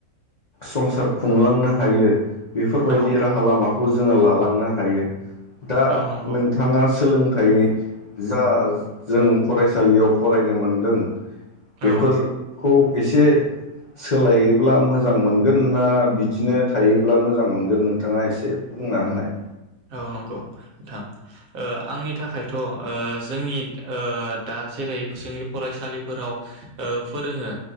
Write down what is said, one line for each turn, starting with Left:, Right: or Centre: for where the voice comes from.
Left: संसार खुंलांनो हायो बेफोरबायदि
Right: औ
Left: राहा लामा खौ जोङो लालांनो हायो दा
Right: औ नंगौ
Left: नोंथाङा सोलोंथाइ जा जों फरायसालियाव फरायनो मोनदों बेफोर
Right: औ
Left: खौ एसे सोलायोब्ला मोजां मोनगोन ना बिदिनो थायोब्ला मोजां मोनगोन नोंथाङा एसे बुंना होनाय
Right: औ नंगौ नोंथां ओ आंनि थाखायथ' ओ जोंनि ओ दा जेरै जोंनि फरायसालिफोराव ओ फोरोङो